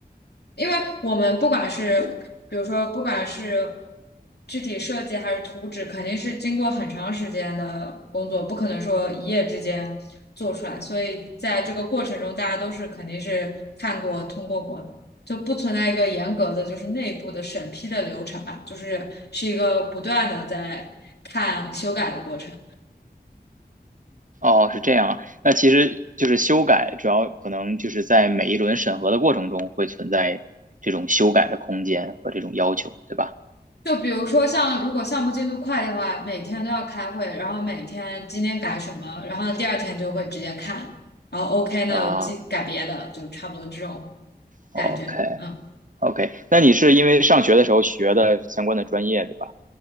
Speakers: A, on the left; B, on the right.
A: 因为我们不管是，比如说，不管是具体设计还是图纸，肯定是经过很长时间的工作，不可能说一夜之间做出来。所以在这个过程中，大家都是肯定是看过、通过过的，就不存在一个严格的就是内部的审批的流程吧，就是是一个不断的在看修改的过程。
B: 哦，是这样啊，那其实就是修改，主要可能就是在每一轮审核的过程中会存在这种修改的空间和这种要求，对吧？
A: 就比如说像如果项目进度快的话，每天都要开会，然后每天今天改什么，然后第二天就会直接看，然后 OK 呢，
B: 啊
A: 进改别的，就差不多这种
B: ，OK。
A: 感觉。嗯，
B: OK，那你是因为上学的时候学的相关的专业，对吧？